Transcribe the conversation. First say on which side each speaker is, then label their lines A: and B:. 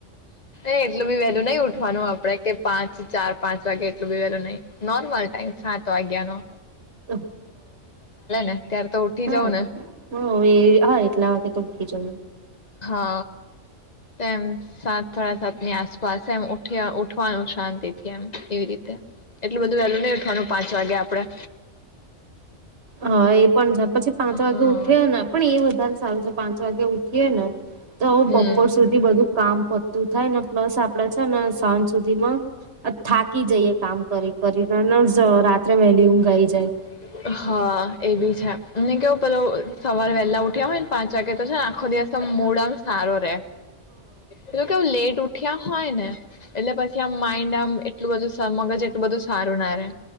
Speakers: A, on the left; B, on the right.
A: એટલું બી વેલું નઈ ઉઠવાનું આપડે કે પાંચ ચાર પાંચ વાગે એટલું બી વેલું નઈ નોર્મલ ટાઈમ સાત વાગ્યા નો.
B: હ
A: ને ત્યારે તો ઉઠી
B: હમ્મ
A: જવું ને
B: હ એ હા એટલા વાગે ઉઠી જઉ.
A: હ તેમ સાત સાડા સાતની આસપાસ એમ ઊઠ્યા ઉઠવાનું શાંતિ થી એમ એવી રીતે એટલું બધું વહેલું નહી ઉઠવાનું પાંચ વાગે આપડે.
B: હા એ પણ જા પછી પાંચ
A: હા
B: વાગે ઉઠ્યો ને પણ એ વધારે સારું પાંચ વાગે ઉઠીએે ને તો
A: હમ
B: બપોર સુધી બધું કામ પત- તું થાય ને પ્લસ આપડે છે ને સાંજ સુધીમાં અ થાકી જઈએ. કામ કરી કરીને અન ઝ રાત્રે વહેલા ઊંઘ આઈ જાય.
A: <inaudible> હા એ બી છે. અને કેવું પેલો સવાર વહેલા ઉઠ ઉઠ્યા હોય ને પાંચ વાગે તો છેને આખો દિવસ મૂડ આમ સારો રે. એ લૌક લેટ ઉઠ્યા હોય ને એટલે પછી આમ માઇન્ડ આમ એટલું બધું સમગજ બધું સારું ના રે